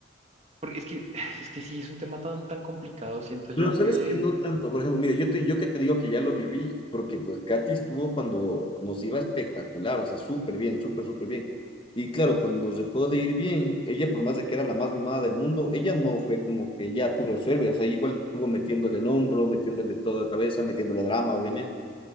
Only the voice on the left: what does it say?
No, Mm, sabes
que no tanto. Por ejemplo, mira, yo te, yo que te digo que ya lo viví, porque pues Katy estuvo cuando nos iba espectacular, o sea, súper bien, súper, súper bien. Y claro, cuando nos dejó de ir bien, ella, por más de que era la más mimada del mundo, ella no fue como que ya tú resuelves, o sea, igual estuvo metiéndole el hombro, metiéndole toda la cabeza, metiéndole drama, obviamente.